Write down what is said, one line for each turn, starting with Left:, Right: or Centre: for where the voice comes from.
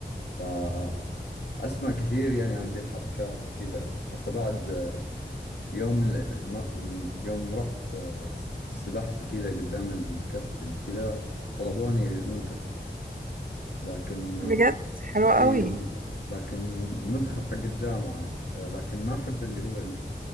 Left: فاسمع كثير يعني عن ذي الحركات وكذا حتى بعد آه، يوم ال- م- يوم رحت آه، س- سبحت وكذا قدام الكابتن وكذا طلبوني للمنتخب لكن آه،
Right: بجد حلوة
Left: اي
Right: قوي
Left: لكن المنتخب حق الجامعة آه، لكن ما احب اللي هو